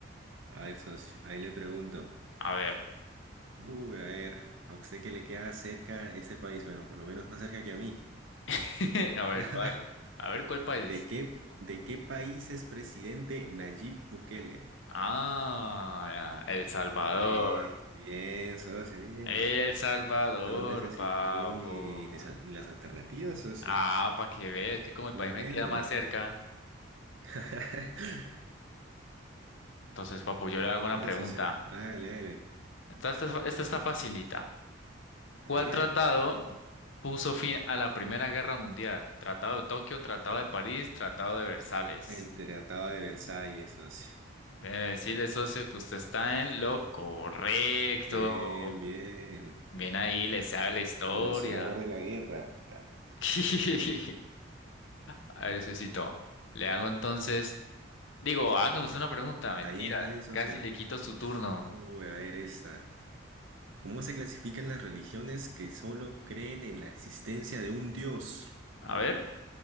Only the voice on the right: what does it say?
A ver, socio. Ahí le pregunto.
Uy, a ver. ¿A usted qué le queda cerca este país? Bueno, por lo menos más cerca que a mí.
<laughs>
¿De qué, de qué país es presidente Nayib Bukele?
A ver, bien, socio, bien.
No necesito
ni, ni, sal- ni las alternativas, socio.
Muy
bueno.
<laughs>
Bueno,
socio. Hágale, hágale.
A
ver.
El Tratado de Versalles, socio.
Bien, bien.
Conocedor de la guerra. <laughs>
Está
bien, está bien, socio.
Uy, a ver esta. ¿Cómo se clasifican las religiones que solo creen en la existencia de un Dios?